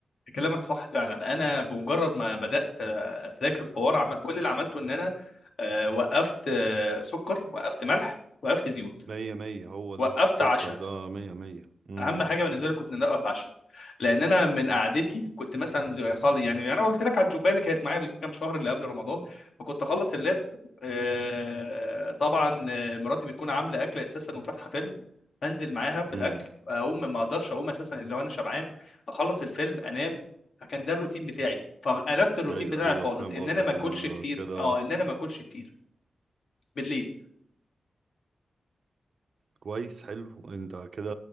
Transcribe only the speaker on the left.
كلامك صح فعلا انا بمجرد ما بدات آه، اتراك في الحوار عم... كل اللي عملته ان انا آه، وقفت آه، سكر وقفت ملح وقفت زيوت
وقفت
عشاء
اهم حاجه بالنسبه لي كنت ان انا اتعشى لان انا من قعدتي كنت مثلا خالي يعني انا قلت لك على الجوبايه اللي كانت معايا الكام شهر اللي قبل رمضان فكنت اخلص اللاب آه، طبعا آه، مراتي بتكون عامله اكل اساسا وفاتحه فيلم انزل معاها في الاكل
اقوم ما اقدرش اقوم اساسا الا وانا شبعان اخلص الفيلم انام فكان ده الروتين بتاعي فقلبت الروتين
بتاعي
خالص
ان
انا ما اكلش
كتير
اه ان انا ما اكلش كتير بالليل